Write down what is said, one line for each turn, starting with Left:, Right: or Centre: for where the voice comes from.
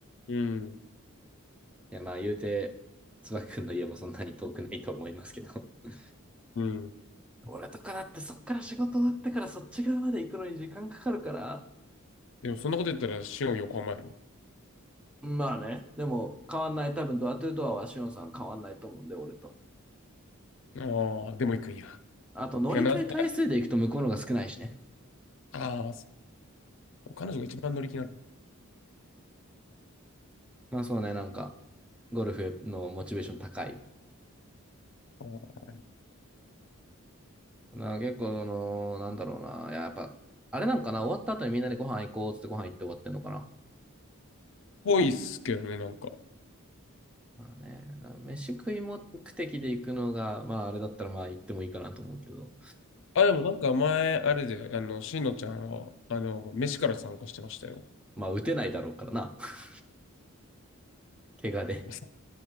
Left: うん。
Centre: いや、まあ言うて、椿くんの家もそんなに遠くないと思いますけど。<laughs>
Left: うん。
Centre: 俺とかだってそっから仕事終わってからそっち側まで行くのに時間かかるから、
Left: でも、そんなこと言ったら、しおん横浜やね
Centre: まあね。でも、変わんない。多分、ドアトゥードアはシオンさん変わんないと思うんで、俺と。
Left: ああ、でも行くんや。
Centre: あと、乗り換え回数で行くと向こうのが少ないしね。
Left: てか、なん、ああ、彼女が一番乗り気な
Centre: まあそうね、なんか、ゴルフのモチベーション高い。
Left: の。
Centre: な結構、あのーなんだろうな。いや、やっぱ、あれなんかな、終わった後にみんなでご飯行こうっつってご飯行って終わってんのかな。
Left: ぽいっすけどね、なんか。
Centre: まあね、だから飯食い目的で行くのが、まああれだったらまあ行ってもいいかなと思うけど。
Left: あ、でもなんか前、あれで、あの、しのちゃんは、あの、飯から参加してましたよ。
Centre: まあ打てないだろうからな。<laughs> 怪我で。
Left: まさか